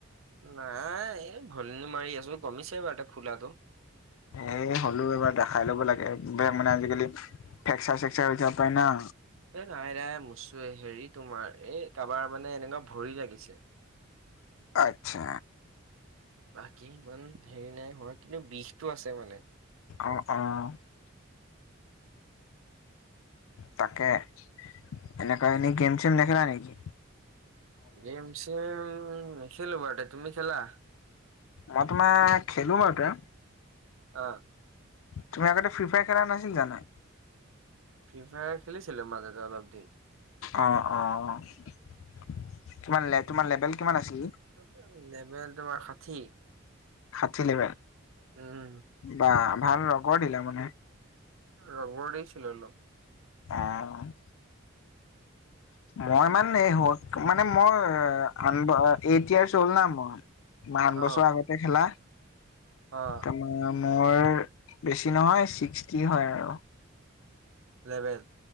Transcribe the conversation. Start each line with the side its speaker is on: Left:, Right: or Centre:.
Right: নাই এই ঘনী মাৰি আছো, কমিছে বাৰু ফুলাটো।
Left: এই হ'লেও এবাৰ দেখাই ল'ব লাগে, বেলেগ মানে আজিকালি ফেকচাৰ চেকচাৰ হৈ যাব পাৰে না।
Right: এ, নাই নাই মচ্ছো হেৰি তোমাৰ, এই কাৰ'বাৰ মানে এনেকুৱা ভৰি লাগিছে।
Left: আচ্ছা।
Right: বাকী ইমান হেৰি নাই হোৱা কিন্তু বিষটো আছে মানে।
Left: অ', অ'। তাকে। এনেকা এনে গেম চেম নেখেলা নেকি?
Right: গেম চেম নেখেলো বাৰুতে। তুমি খেলা?
Left: মই তোমাৰ খেলো বাৰুতে।
Right: অ'।
Left: তুমি আগতে ফ্ৰী ফায়াৰ খেলা নাছিল জানো।
Right: ফ্ৰী ফায়াৰ খেলিছিলোঁ মাজতে অলপ দিন।
Left: অ', অ' তোমাৰ লে তোমাৰ লেবেল কিমান আছিল?
Right: <unintelligible> লেভেল তোমাৰ ষাঠি।
Left: ষাঠি লেভেল,
Right: উম
Left: বা ভাল ৰগৰ দিলা মানে।
Right: ৰ'বৰ দিছিলোঁ অলপ।
Left: অ'। মই মানে হ'ল, মানে মোৰ আঠ ব, এইট ইয়েছ হ'ল না মই। কিমান
Right: অ
Left: বছৰ আগতে খেলা।
Right: অ'।
Left: <unintelligible> মোৰ বেছি নহয়, ছিক্সটি হয় আৰু।
Right: লেভেল।